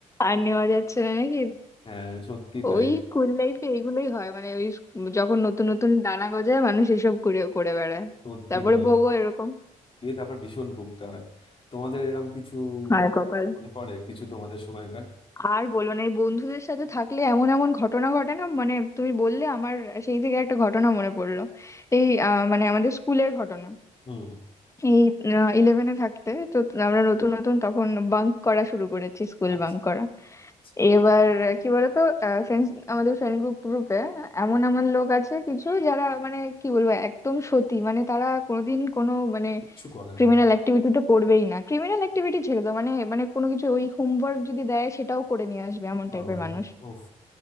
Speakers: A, on the left; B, on the left.
A: আর নেওয়া যাচ্ছে না নাকি
B: হ্যাঁ সত্যি তাই
A: ওই স্কুল লাইফে এগুলোই হয় মানে ওই স্কু- যখন নতুন নতুন ডানা গজায় মানুষ এসব করে করে বেড়ায়
B: সত্যি
A: তারপরে
B: তাই
A: ভোগও এরকম
B: দিয়ে তারপর ভীষণ ভুগতে হয় তোমাদের এরম কিছু
A: হায় কপাল
B: মনে পড়ে কিছু তোমাদের সময়কার
A: আর বলো না এই বন্ধুদের সাথে থাকলে এমন এমন ঘটনা ঘটে না মানে তুমি বললে আমার সেই থেকে একটা ঘটনা মনে পড়লো এই আহ, মানে আমাদের স্কুলের ঘটনা
B: হুম
A: এই ইলেভেনে থাকতে তো আমরা নতুন নতুন তখন বাঙ্ক করা শুরু করেছি স্কুল
B: আচ্ছা
A: বাঙ্ক করা
B: আচ্ছা
A: এবার কি বলতো ফ্রেন্ডস আমাদের ফ্রেন্ড গ্রুপ গ্রুপে এমন এমন লোক আছে কিছু যারা মানে কি বলবো একদম সতী মানে তারা কোনোদিন কোনো মানে
B: কিচ্ছু করে
A: ক্রিমিনাল
B: না
A: অ্যাক্টিভিটিতে পড়বেই না ক্রিমিনাল অ্যাক্টিভিটি ছেড়ে দাও মানে মানে কোনো কিছু ওই হোমওয়ার্ক যদি দেয় সেটাও করে নিয়ে আসবে এমন
B: বাবারে
A: টাইপের মানুষ
B: ওফ